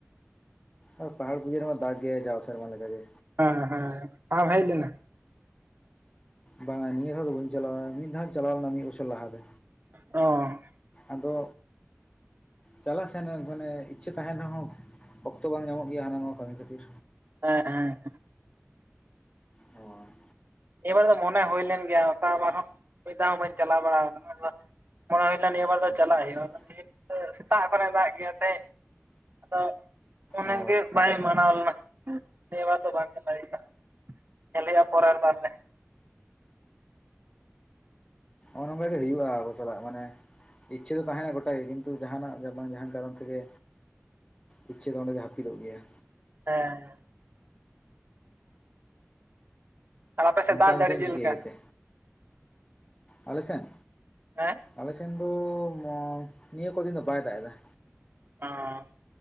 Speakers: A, on the left; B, on the right.
A: ᱟᱨ ᱯᱟᱦᱟᱲ ᱯᱩᱡᱟᱹ ᱨᱮᱢᱟ ᱫᱟᱜ ᱜᱮᱭᱟᱭ ᱡᱟᱣ ᱥᱮᱨᱢᱟ ᱞᱮᱠᱟ ᱜᱮ᱾
B: ᱦᱮᱸ ᱦᱮᱸ ᱵᱟᱢ ᱦᱮᱡ ᱞᱮᱱᱟ?
A: ᱵᱟᱝᱟ ᱱᱤᱭᱟᱹ ᱫᱷᱟᱣ ᱫᱚ ᱵᱟᱹᱧ ᱪᱟᱞᱟᱣ ᱢᱤᱫ ᱫᱷᱟᱣ ᱪᱟᱞᱟᱣ ᱞᱮᱱᱟ ᱢᱤᱫ ᱵᱚᱪᱷᱚᱨ ᱞᱟᱦᱟ ᱨᱮ᱾
B: ᱚᱸ᱾
A: ᱟᱫᱚ᱾ ᱪᱟᱞᱟᱜ ᱥᱮᱱ ᱢᱟᱱᱮ ᱤᱪᱪᱷᱟᱹ ᱛᱟᱦᱮᱱ ᱨᱮᱦᱚᱸ ᱚᱠᱛᱚ ᱵᱟᱝ ᱧᱟᱢᱚᱜ ᱜᱮᱭᱟ ᱦᱟᱱᱟ ᱱᱚᱣᱟ ᱠᱟᱹᱢᱤ ᱠᱷᱟᱹᱛᱤᱨ᱾
B: ᱦᱮᱸ ᱨᱦᱮᱸ ᱦᱮᱸ᱾
A: ᱚᱸ᱾
B: ᱱᱤᱭᱟᱹᱵᱟᱨ ᱫᱚ ᱢᱚᱱᱮ ᱦᱩᱭ ᱞᱮᱱ ᱜᱮᱭᱟ᱾ ᱚᱠᱟ ᱵᱟᱨ ᱦᱚᱸ ᱢᱤᱫ ᱫᱷᱟᱣ ᱦᱚᱸ ᱵᱟᱹᱧ ᱪᱟᱞᱟᱣ ᱵᱟᱲᱟ ᱟᱠᱟᱱᱟ᱾ ᱟᱫᱚ ᱢᱚᱱᱮ ᱦᱩᱭᱞᱮᱱᱟ ᱱᱤᱭᱟᱹᱵᱟᱨ ᱫᱚ
A: ᱟᱪᱪᱷᱟ
B: ᱪᱟᱞᱟᱜ
A: ᱟᱪᱪᱷᱟ
B: ᱦᱩᱭᱩᱜ-ᱟ᱾ ᱤᱱᱦᱤᱞᱟᱹᱜ ᱥᱮᱛᱟᱜ ᱠᱷᱚᱱᱮ ᱫᱟᱜ ᱜᱮᱭᱟ ᱛᱟᱦᱮᱸᱫ᱾ ᱟᱫᱚ ᱢᱚᱱᱮ
A: ᱚ
B: ᱜᱮ ᱵᱟᱭ ᱢᱟᱱᱟᱣ ᱞᱮᱱᱟ᱾ ᱱᱤᱭᱟ ᱵᱟᱨ ᱫᱚ ᱵᱟᱝ ᱪᱟᱞᱟᱣ ᱦᱳᱭᱩ-ᱟ᱾ ᱧᱮᱞ ᱦᱩᱭᱩᱜ-ᱟ ᱯᱚᱨᱮᱨ ᱵᱟᱨ ᱨᱮ᱾
A: ᱚᱱᱮ ᱚᱱᱠᱟ ᱜᱮ ᱦᱩᱭᱩᱜ-ᱟ ᱟᱵᱚ ᱥᱟᱞᱟᱜ᱾ ᱢᱟᱱᱮ ᱤᱪᱪᱷᱟᱹ ᱫᱚ ᱛᱟᱦᱮᱱᱟ ᱜᱚᱴᱟᱜᱮ ᱠᱤᱱᱛᱩ ᱡᱟᱦᱟ ᱴᱱᱟᱜ ᱜᱮ ᱵᱟᱝ ᱡᱟᱦᱟᱱ ᱠᱟᱨᱚᱱ ᱛᱮᱜᱮ ᱤᱪᱪᱷᱟᱹ ᱫᱚ ᱚᱸᱰᱮ ᱜᱮ ᱦᱟᱹᱯᱤᱫ ᱚᱜ ᱜᱮᱭᱟ᱾
B: ᱦᱮᱸ᱾ ᱟᱨ ᱟᱯᱮ ᱥᱮᱫ
A: ᱦᱩᱸ᱾
B: ᱫᱟᱜ
A: ᱜᱚᱝᱠᱮ ᱟᱢ
B: ᱡᱟᱹᱲᱤ
A: ᱫᱚ ᱪᱮᱫ ᱮᱢ ᱪᱤᱠᱟᱹᱭ
B: ᱞᱮᱠᱟ
A: ᱜᱮᱛᱮ? ᱟᱞᱮ ᱥᱮᱱ
B: ᱦᱮᱸ
A: ᱟᱞᱮ ᱥᱮᱱ ᱫᱚᱻ ᱚᱸ ᱱᱤᱭᱟᱹ ᱠᱚ ᱫᱤᱱ ᱫᱚ ᱵᱟᱭ ᱫᱟᱜ ᱮᱫᱟ।
B: ᱟᱸᱻ